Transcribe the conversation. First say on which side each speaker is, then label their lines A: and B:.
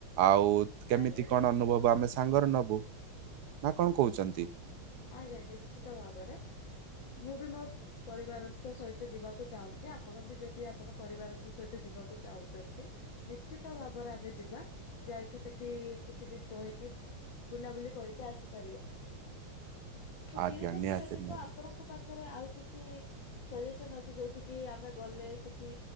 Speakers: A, on the right; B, on the left.
A: ଆଉ କେମିତି
B: ଆଜ୍ଞା
A: କଣ
B: ନିଶ୍ଚିତ
A: ଅନୁଭବ
B: ଭାବରେ
A: ଆମେ ସାଙ୍ଗରେ ନବୁ ନା କଣ କହୁଚନ୍ତି।
B: ଆଜ୍ଞା ନିଶ୍ଚିତ ଭାବରେ। ମୁଁ ବି ମୋ ପରିବାରଙ୍କ ସହିତ ଯିବାକୁ ଚାହୁଁଛି ଆପଣ ବି ଯଦି ଆପଣ ପରିବାର ସହିତ ଯିବାକୁ ଚାହୁଁଚନ୍ତି ନିଶ୍ଚିତ ଭାବରେ ଆମେ ଯିବା ଯାଇକି ସେଠି କିଛି ଦିନି ରହିକି ବୁଲାବୁଲି କରିକି ଆସିପାରିବା। ତ ତିରୁପତି
A: ଆଜ୍ଞା ନିହାତି
B: ବ୍ୟତୀତ
A: ନିହାତି
B: ଆପଣଙ୍କ ପାଖରେ ଆଉ କିଛି ସଜେସନ ଅଛି ଯୋଉଠି କିି ଆମେ ଗଲେ ସେଠି